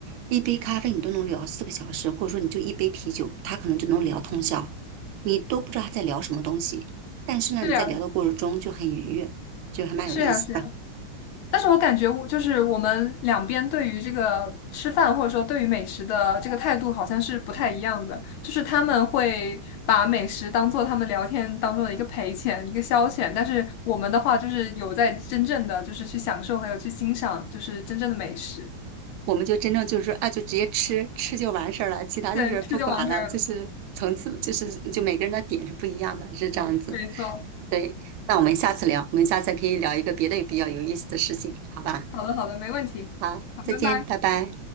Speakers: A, on the right; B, on the left.
A: 一杯咖啡你都能聊四个小时，或者说你就一杯啤酒，他可能就能聊通宵，你都不知道他在聊什么东西。但是呢，
B: 是呀，
A: 你在聊的过程中就很愉悦，就还蛮有意思的。
B: 是呀，是呀。但是我感觉我就是我们两边对于这个吃饭或者说对于美食的这个态度好像是不太一样的，就是他们会把美食当做他们聊天当中的一个陪钱、一个消遣，但是我们的话就是有在真正的就是去享受还有去欣赏就是真正的美食。
A: 我们就真正就是说啊，就直接吃，吃就完事儿了，其他就是不管了，
B: 对，吃就完事儿了，
A: 就是层次，就是就每个人的点是不一样的，是这样子。
B: 没错。
A: 对，那我们下次聊，我们下次可以聊一个别的比较有意思的事情，好吧？
B: 好的，好的，没问题。
A: 好，
B: 好，
A: 再见，
B: 拜拜。
A: 拜拜。